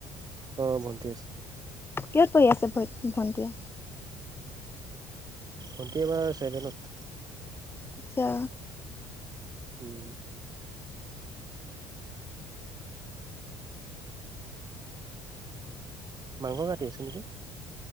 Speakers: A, on the right (about 35°); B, on the left (about 20°).
A: অ ভণ্টি আছে
B: কিহত পঢ়ি আছে ভ ভণ্টিয়ে
A: ভণ্টি এবাৰ ছেভেনত
B: আচ্ছা
A: উম মাংস কাটি আছে নেকি